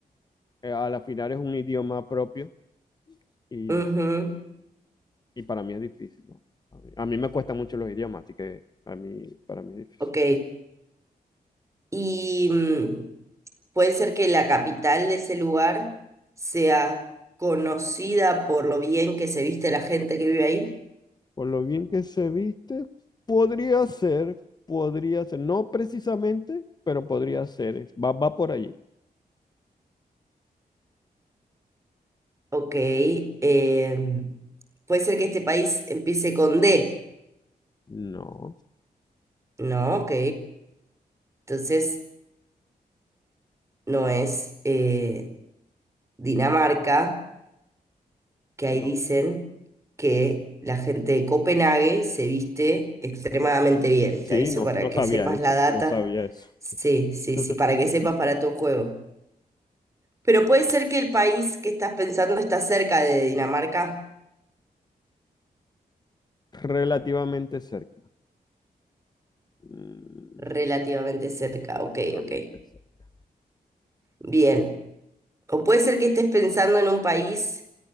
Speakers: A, on the left; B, on the right.
A: eh, a la final es un idioma propio y,
B: Ujú,
A: y para mí es difícil, ¿no? A mí, a mí me cuestan mucho los idiomas, así que a mí, para mí es difícil.
B: ok. Y mm, puede ser que la capital de ese lugar sea conocida por lo bien que se viste la gente que vive ahí.
A: Por lo bien que se viste, podría ser, podría ser, no precisamente, pero podría ser, va, va por allí.
B: Ok. em, puede ser que este país empiece con D.
A: No.
B: No, ok. Entonces no es eh, Dinamarca. que ahí
A: No.
B: dicen que la gente de Copenhague se viste extremadamente bien.
A: Sí,
B: Te aviso
A: no,
B: para
A: no
B: que
A: sabía
B: sepas
A: eso,
B: la data.
A: no sabía eso.
B: Sí, sí,
A: <laughs>
B: sí, para que sepas para tu juego. Pero puede ser que el país que estás pensando está cerca de Dinamarca,
A: Relativamente cerca. Mm,
B: relativamente cerca.
A: relativamente
B: Ok, ok.
A: cerca.
B: Bien. O puede ser que estés pensando en un país